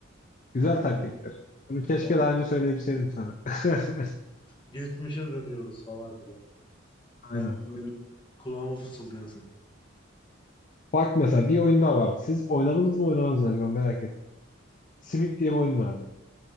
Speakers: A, on the left; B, on the left.
A: Güzel
B: ha,
A: taktiktir.
B: öyle
A: Bunu keşke
B: o-
A: daha önce söyleyebilseydim sana. <laughs>
B: geçmişe dönüyoruz falan filan.
A: Aynen.
B: Ben böyle kulağıma fısıldayan sen.
A: Bak mesela bir oyun daha vardı. Siz oynadınız mı oynadınız mı acaba merak ettim. Simit diye bir oyun vardı.